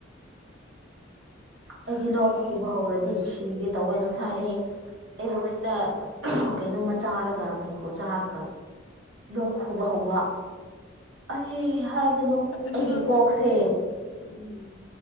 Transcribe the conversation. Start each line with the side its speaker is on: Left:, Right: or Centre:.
Right: ꯑꯩꯗꯤ
Left: ꯈꯪꯗ꯭ꯔꯦ
Right: ꯂꯣꯛ ꯈꯨꯕ ꯍꯧꯔꯗꯤ ꯁꯤꯒꯦ ꯇꯧꯋꯦ ꯉꯁꯥꯏ ꯑꯩ ꯑꯩ ꯍꯧꯖꯤꯛꯇ ꯀꯩꯅꯣꯝꯃ ꯆꯥꯔꯒ ꯃꯦꯡꯒꯣ ꯆꯥꯔꯒ ꯂꯣꯛ ꯍꯨꯕ ꯍꯋꯥ ꯑꯩ ꯍꯥꯏꯒꯅꯨ
Left: ꯑꯗꯨ
Right: ꯑꯩꯒꯤ ꯀꯣꯛꯁꯦ
Left: ꯎꯝ